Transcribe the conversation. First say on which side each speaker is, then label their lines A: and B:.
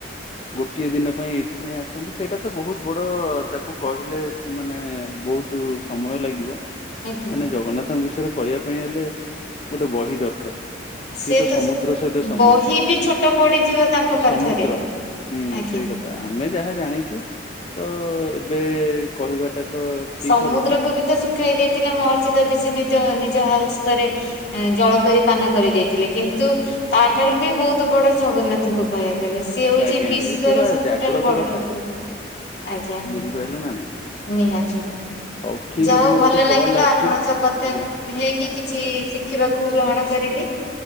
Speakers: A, on the left (about 35°); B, on the left (about 65°).
A: ଗୋଟିଏ ଦିନ ପାଇଁ ଏଇଥିପାଇଁ ଆସନ୍ତି ସେଇଟା ତ ବହୁତ ବଡ ତାକୁ କହିଲେ ମାନେ ବହୁତ ସମୟ ଲାଗିବ।
B: ଆଜ୍ଞା
A: ମାନେ ଜଗନ୍ନାଥଙ୍କ ବିଷୟରେ କହିବା ପାଇଁ ହେଲେ ଗୋଟେ ବହି ଦରକାର। ସିଏ
B: ସେ ତ
A: ସମୁଦ୍ର
B: ସେ
A: ସହିତ ସମାନ
B: ବହି ବି ଛୋଟ ପଡିଯିବ ତାଙ୍କ
A: ସମୁଦ୍ର
B: ପାଖରେ
A: ହୁଁ
B: ଆଜ୍ଞା।
A: ସେଇ କଥା ଆମେ ଯାହା ଜାଣିଛୁ ତ ଏବେ କହିବାଟା ତ ଠିକ
B: ସମୁଦ୍ରକୁ
A: ହବନି
B: ବି ତ ଶୁଖେଇ ଦେଇଥିଲେ ମହର୍ଷି ଦଧି ସେ ନି ନିଜ ହସ୍ତରେ ଜଳ କରି ପାନ କରିଦେଇଥିଲେ କିନ୍ତୁ ତାଠାରୁ ବି ବହୁତ ବହୁତ ବଡ ଜଗନ୍ନାଥଙ୍କୁ କହିବାକୁ ଗଲେ ସେଏ ହଉଛି
A: ଆଜ୍ଞା
B: ବିଶ୍ଵର
A: ଆଜ୍ଞା ସେ ବା
B: ସବୁଠାରୁ
A: ଜାଗ୍ରତର
B: ବଡ ଠାକୁର। ଆଜ୍ଞା
A: ବୁଝିପାରିଲେ ନା ନାଇଁ
B: ନିହାତି।
A: ହଉ ଠିକ
B: ଯା
A: ଅଛି
B: ହଉ
A: ମୋର
B: ଭଲ
A: ଗୋଟେ କଲ୍
B: ଲାଗିଲା
A: ଆସୁଛି
B: ଆପଣ ସହ କଥା
A: ଆଜ୍ଞା
B: ହେଇକି କିଛି ଶିଖିବାକୁ ଗ୍ରହଣ କଲି